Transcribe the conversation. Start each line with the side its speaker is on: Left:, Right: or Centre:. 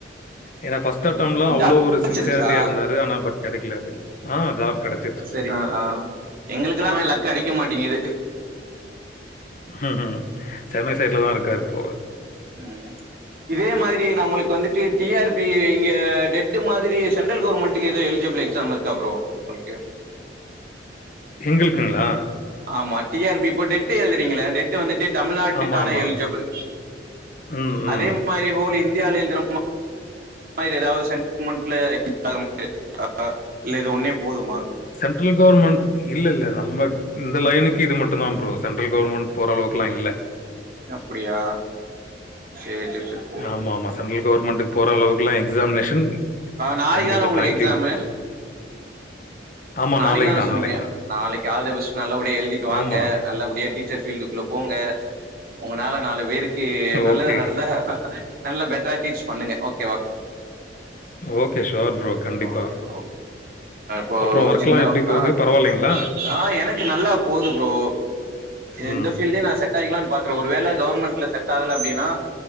Left: ஏன்னா பஸ்ட் அட்டம்லாம்
Right: ம்
Left: அவ்ளோ
Right: ஜாப்
Left: ஒரு
Right: கெடச்சிருச்சா
Left: சின்சியாரிட்டியா இருந்தாரு ஆன பட் கிடைகல அது ஆ ஜாப் கெடச்
Right: செரி ஆ ஆ எங்களுக்குல்லாம் லக் அடிக்க மாட்டிங்குது
Left: ம் ம் சென்னை சைட்ல தான் இருக்காருப்போ
Right: ம் இதே மாதிரி நம்மளுக்கு வந்துட்டு டி ஆர் பி இங்க டெட் மாதிரி சென்ட்ரல் கவுர்மெண்ட் ட்டுக்கு எது எலிஜிபிள் எக்ஸாம் இருக்கா ப்ரோ உங்களுக்கு
Left: எங்ளுக்குங்களா
Right: ஆமா டி ஆர் பி இப்ப டெட் எழுதுறீங்க டெட்டு வந்துட்டு டெட் தமிழ்நாட்டுக்கான
Left: ஆமா, ஆமா.
Right: எல்ஜபள்
Left: ம்,
Right: அதே
Left: ம்.
Right: மாரி ஹோல் இந்தியால எழுதுற வ ம ம ஏதாது செட்மன்ட்ல <inaudible> இல்ல இந்த ஒன்னே போதுமா
Left: சென்ட்ரல் கவர்மண்ட் இல்ல இல்ல நம்ப இந்த லைனுக்கு இது மட்டும் தான் ப்ரோ சென்ட்ரல் கவர்மெண்ட் போற அளவுக்குல்லாம் இல்ல
Right: அப்படியா சேரி சேரி சேரி
Left: ஆமா ஆமா சென்ட்ரல் கவர்மெண்ட்டுக்கு போற அளவுக்குலாம் எக்ஸாமினேஷன்
Right: நாளைக்கு
Left: கண்டிப்பா.
Right: தான உங்களுக்கு
Left: தேங்க்
Right: எக்ஸாமு
Left: யூ. ஆமா
Right: நாளைக்கு தான
Left: தான்,
Right: சொன்னீங்க
Left: நாளைக்கு தான்.
Right: நாளைக்கு ஆல் த பெஸ்ட் நல்லபடியா எழுதிட்டு வாங்க
Left: ஆமா.
Right: நல்லபடியா டீச்சர் ஃபீல்டுக்குள்ள போங்க உங்களனால நாலு பேருக்கு நல்லது
Left: ஓகே.
Right: நடந்தா நல்ல பெட்டரா டீச் பண்ணுங்க ஓகேவா
Left: ஓகே. Sure bro. கண்டிப்பா.
Right: ஓகே ப்ரோ <inaudible>
Left: அப்புறம் ஒர்க்லாம்
Right: என்ன
Left: எப்படி போகுது?
Right: ஆஹ்
Left: பரவாயில்லைங்களா?
Right: ஆஹ் எனக்கு நல்லா போது ப்ரோ
Left: ம்,
Right: இந்த ஃபீல்டே நான் செட் செட் ஆயிடலாம் னு பாக்கறேன் செட் ஆக்கிடலாம்னு பாக்குறன் ஒரு வேல கவர்மெண்ட்ல செட் ஆகல அப்படின்னா